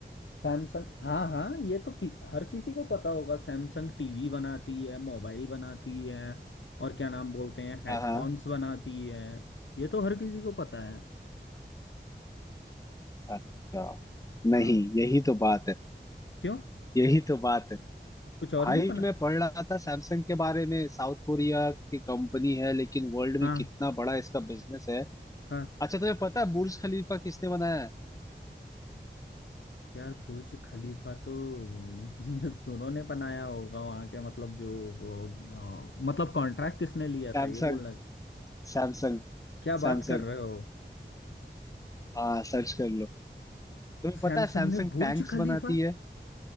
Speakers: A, on the left; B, on the left.
A: सैमसंग हाँ हाँ ये तो कि, हर किसी को पता होगा सैमसंग टीवी बनाती है मोबाइल बनाती है और क्या नाम बोलते हैं हेडफोन्स
B: हाँ हाँ,
A: बनाती है ये तो हर किसी को पता है
B: अच्छा
A: हाँ
B: नहीं यही तो बात है
A: क्यों
B: यही तो बात है
A: कुछ और
B: भाई
A: भी बना
B: मैं पढ़ रहा था सैमसंग के बारे में साउथ कोरिया की कंपनी है लेकिन वर्ल्ड में
A: हाँ
B: कितना बड़ा इसका बिजनेस है
A: हाँ
B: अच्छा तुम्हें पता है बुर्ज खलीफा किसने बनाया है
A: यार बुर्ज खलीफा तो <laughs> मजदूरों ने बनाया होगा वहाँ के मतलब जो वो, अ, मतलब कॉन्ट्रैक्ट किसने लिया
B: सैमसंग
A: था ये बोलना
B: सैमसंग
A: क्या
B: सैमसंग
A: बात कर रहे हो
B: हाँ सर्च कर लो तुम्हें
A: सैमसंग
B: पता है सैमसंग
A: ने बुर्ज
B: टैंक्स
A: खलीफा
B: बनाती है